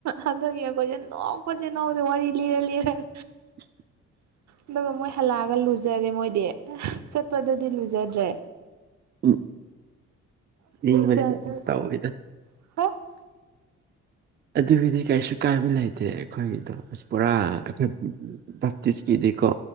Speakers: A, on the right (about 65°); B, on the right (about 35°).
A: ꯎꯝ ꯑꯗꯨꯒꯤ ꯑꯈꯣꯏꯁꯦ ꯅꯣꯛꯄꯁꯤ ꯅꯣꯛꯄꯁꯤ ꯋꯥꯔꯤ ꯂꯤꯔ ꯂꯤꯔꯒ
B: <inaudible>
A: ꯑꯗꯨꯒ ꯃꯣꯏ ꯍꯜꯂꯛꯑꯒ ꯂꯨꯖꯔꯦ ꯃꯣꯏꯗꯤ ꯆꯠꯄꯗꯗꯤ ꯂꯨꯖꯗ꯭ꯔꯦ
B: ꯎꯝ ꯏꯪꯕꯅꯤꯅ
A: ꯖꯥꯠ ꯖꯥꯠ
B: ꯇꯥꯎꯑꯔꯤꯗ
A: ꯑꯩꯈꯣꯏ
B: ꯑꯗꯨꯒꯤꯗꯤ ꯀꯩꯁꯨ ꯀꯥꯏꯕ ꯂꯩꯇꯦ ꯑꯩꯈꯣꯏꯒꯤꯗꯣ ꯑꯁ ꯄꯨꯔꯥ ꯑꯩꯈꯣꯏ ꯕꯞꯇꯤꯁꯀꯤꯗꯤꯀꯣ